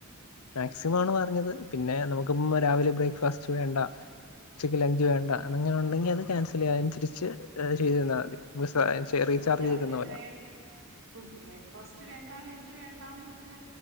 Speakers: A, on the left (about 75°); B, on the right (about 60°).
A: മാക്സിമാണ്പറഞ്ഞത്പിന്നെ
B: ഉം
A: നമുക്കുംരാവിലെബ്രേക്ക്ഫാസ്റ്റ് വേണ്ട ച്ചക്ക്ലഞ്ച് വേണ്ട അങ്ങനെണ്ടെങ്കിഅത് ക്യാൻസെലയ്യാഅയിന് തിരിച്ച്ചെയ്തെന്നാമതി സെചെറീചാർജ്ചെയ്തന്നപോലെ
B: ഓ രാവിലെ ബ്രേ ബ്രേക്ക്ഫാസ്റ്റ് വേണ്ടലഞ്ച് വേണ്ടാന്ന്പറഞ്ഞ